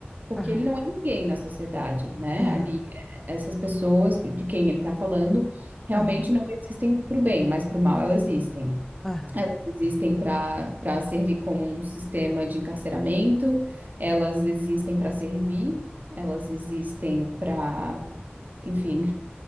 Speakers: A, on the right; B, in the centre.
A: porque
B: aham,
A: ele não é ninguém na sociedade, né?
B: aham,
A: Ali, eh, essas pessoas de quem ele está falando realmente
B: aham,
A: não existem para o bem, mas para o mal elas existem.
B: aham.
A: Elas existem para para servir como um sistema de encarceramento, elas existem para servir, elas existem para, enfim,